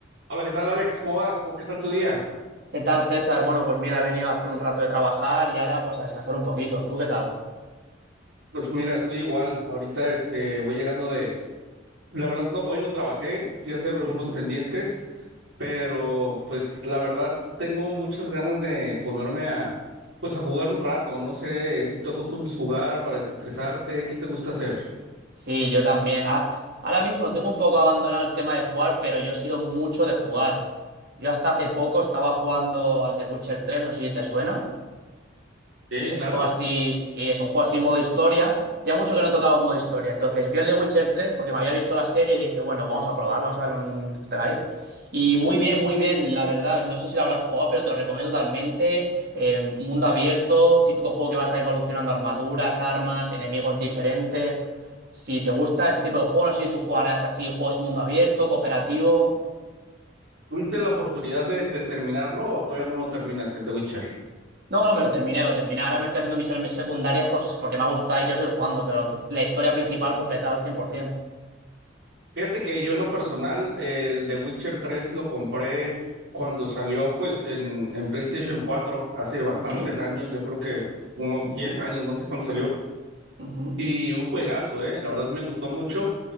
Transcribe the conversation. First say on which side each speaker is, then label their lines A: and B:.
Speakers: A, on the right; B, on the right.
A: Hola, ¿qué tal, Alex? ¿Cómo vas? ¿Cómo- ¿Qué tal tu día?
B: ¿Qué tal, César? Bueno, pues mira, he venido hace un rato de trabajar y ahora pues a descansar un poquito. ¿Tú qué tal?
A: Pues mira, estoy igual. Ahorita este voy llegando de, la verdad no, hoy no trabajé, fui a hacer algunos
B: Ujú.
A: pendientes, pero pues la verdad tengo muchas ganas de ponerme a pues a jugar un rato. No sé si tú acostumbres jugar para desestresarte, ¿qué te gusta hacer?
B: Sí, yo también. Ah, ahora mismo tengo un poco abandonado el tema de jugar, pero yo he sido mucho de jugar. Yo hasta hace poco estaba jugando al The Witcher tres, no sé si te suena.
A: Sí,
B: Es un
A: claro.
B: juego así, sí, es un juego así modo historia. Hacía mucho que no tocaba un modo historia. Entonces vi el de Witcher 3 porque me había visto la serie y dije, bueno, vamos a probarlo, vamos a darle un try. Y muy bien, muy bien, la verdad. No sé si lo habrás jugado, pero te lo recomiendo totalmente. Eh, mundo abierto, típico juego que vas a ir evolucionando armaduras, armas, enemigos diferentes. Si te gusta este tipo de juego, no sé si tú jugarás así, juegos mundo abierto, cooperativo.
A: ¿Tuviste la oportunidad de, de terminarlo o todavía no lo terminas, el de Witcher?
B: No, no, me lo terminé, lo terminé. Ahora me estoy haciendo misiones secundarias por- si, porque me ha gustado y quiero seguir jugando, pero la historia principal completada al 100%.
A: Fíjate que yo en lo personal, el de Witcher tres lo compré cuando salió pues en, en PlayStation 4, hace bastantes
B: Sí,
A: años, yo creo que unos
B: ujú,
A: 10 años, no sé cuándo salió.
B: ujú.
A: Y un juegazo, ¿eh? La verdad me gustó mucho.